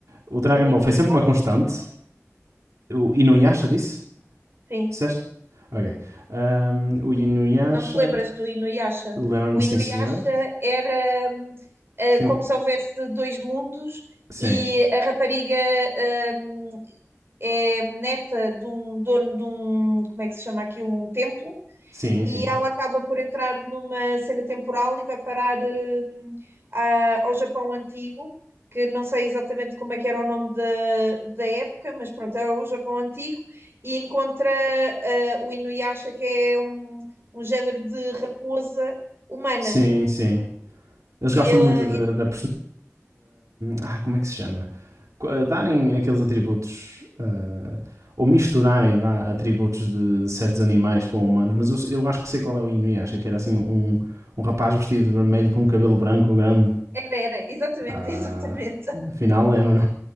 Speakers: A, on the right; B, on the right.
A: O Dragon
B: e o
A: Ball
B: Inuyasha
A: foi sempre uma constante.
B: também.
A: O Inuyasha disse?
B: Sim.
A: Disseste? Ok. Ahm, o Inuyasha,
B: Não te lembras do Inuyasha?
A: lembra-me,
B: O Inuyasha
A: sim, senhor.
B: era hum, eh,
A: Sim,
B: como se houvesse dois mundos
A: sim,
B: e a rapariga hum, é neta de um dono de um, como é que se chama aquilo? Um templo
A: sim,
B: e
A: sim.
B: ela acaba por entrar numa cena temporal e vai parar hum, a- ao Japão Antigo, que não sei exatamente como é que era o nome da, da época, mas pronto, é o Japão Antigo, e encontra ah, o Inuyasha, que é um, um género de raposa humana.
A: Sim, sim. Eles
B: E
A: gostam
B: ah,
A: muito da, da Da, ah, como é que se chama? eh, Darem aqueles atributos. ah, ou misturarem vá, atributos de certos animais com humanos. Mas eu, eu acho que sei qual é o Inuyasha, que era assim um, um rapaz vestido de vermelho com um cabelo branco grande.
B: era, era, exatamente,
A: Ah,
B: <laughs> exatamente.
A: afinal lembro.